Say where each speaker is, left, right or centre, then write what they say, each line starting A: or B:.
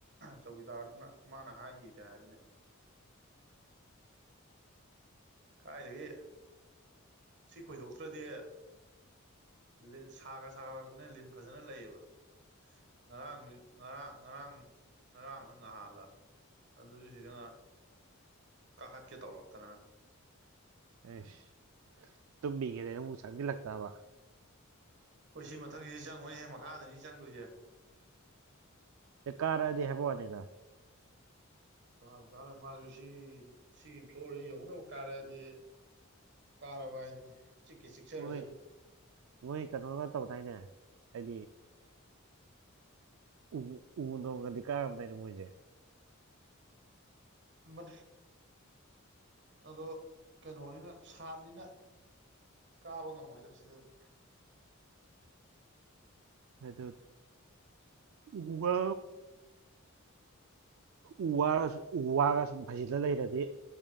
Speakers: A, on the right; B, on the right.
A: ꯆꯧꯀꯤꯗꯥꯔꯗꯨꯅ ꯃꯥꯅ ꯍꯥꯏꯈꯤꯗꯦ ꯍꯥꯏꯕꯅꯦ ꯀꯥꯏꯗꯨꯗꯒꯤꯦ ꯁꯤ ꯈꯣꯏꯗꯣꯛꯇ꯭ꯔꯗꯤ ꯂꯤ ꯁꯥ ꯈ ꯁꯥꯒꯔꯛꯄꯅ ꯂꯤꯟ ꯐꯖꯅ ꯂꯩꯌꯦꯕ ꯉꯔꯥꯡꯁꯨ ꯉꯔꯥꯡ ꯉꯔꯥꯡ ꯉꯔꯥꯡꯅ ꯉꯍꯥꯜꯂ ꯑꯗꯨ ꯁꯤꯗꯅ ꯀꯥꯈꯠꯀꯦ ꯇꯧꯔꯛꯇꯅ
B: ꯑꯦꯁ ꯇꯨꯝꯕꯤꯒꯦꯗ ꯑꯃꯨꯛ ꯆꯪꯁꯤꯜꯂꯛꯇꯕ
A: ꯑꯩꯈ ꯁꯤ ꯃꯊꯛꯁꯤꯗꯤ ꯆꯪꯉꯣꯏꯍ ꯃꯈꯥꯗꯅꯤ ꯆꯪꯗꯣꯏꯁꯦ
B: ꯀꯔꯗꯍ ꯐꯋꯥꯅꯤꯗ
A: ꯀꯥꯔꯣꯏ ꯀꯥꯔꯣꯏ ꯃꯥꯁꯨ ꯁꯤ ꯁꯤꯒꯤ ꯐ꯭ꯂꯣꯔꯁꯤ ꯌꯧꯅꯕ ꯀꯥꯔꯛꯗꯤ ꯀꯥꯔꯕ ꯍꯥꯏꯗꯨꯅꯤ ꯆꯤꯛꯈꯤ ꯆꯤꯛꯆꯔꯖꯅꯨ
B: ꯃꯣꯏ ꯃꯣꯏ ꯀꯩꯅꯣꯒ ꯇꯧꯗꯥꯏꯅꯦ ꯍꯥꯏꯗꯤ ꯎ ꯎꯗꯣꯡꯒꯗꯤ ꯀꯥꯔꯝꯗꯏꯩꯅ ꯃꯣꯏꯁꯦ
A: ꯝꯕ ꯑꯗꯣ ꯀꯩꯅꯣꯅꯤꯅ ꯁꯥꯠꯅꯤꯅ ꯀꯥꯕ ꯉꯝꯃꯣꯏꯗꯧ ꯁꯤꯗꯗꯤ
B: ꯍꯗ ꯑꯗꯨ ꯎ ꯋꯥ ꯎ ꯋꯥꯔ ꯎ ꯋꯥꯔꯒ ꯁꯨꯝ ꯐꯩꯖꯤꯜꯂ ꯂꯩꯔꯗꯤ